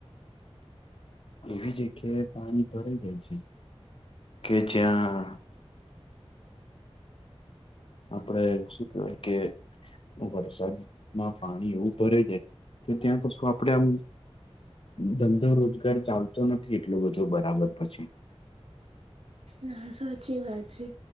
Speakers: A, on the left; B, on the right.
A: એવી જગ્યાએ પાણી ભરાઈ જાય છે કે જ્યાં આપડે શું કેહેવાય કે વરસાદમાં પાણી એવું ભરે જાય કે ત્યાં કશું આપડે આમ ધંધો રોજગાર ચાલતો નથી એટલોું બધો બરાબર પછી
B: ના સાચી વાત છે